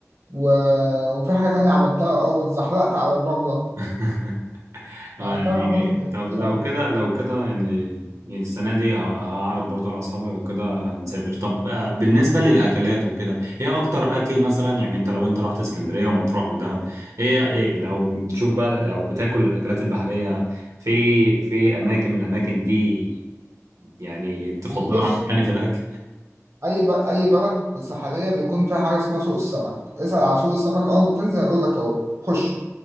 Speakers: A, on the right; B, on the right.
A: و... وفي حاجة تانية عملتها اه واتزحلقت على الرملة
B: <laughs> اه
A: يعني
B: يعني
A: فاهم عملت حاجات
B: طب
A: كتير
B: لو
A: قوي
B: كده لو كده يعني يعني السنة دي ه- هعرض برضه على أصحابي وكده نسافر طب آه، بالنسبة للأكلات وكده إيه أكتر أكل مثلا يعني أنت لو أنت رحت اسكندرية ومطروح ودهب إيه إيه لو بتشوف بقى أو بتاكل الأكلات البحرية في في أماكن من الأماكن دي يعني تفضلها
A: يعني بص
B: عن التاني في الأكل
A: أي ب... أي بلد ساحلية بيكون فيها حاجة اسمها سوق السمك اسأل على سوق السمك أول ما تنزل هيقول لك أهو خش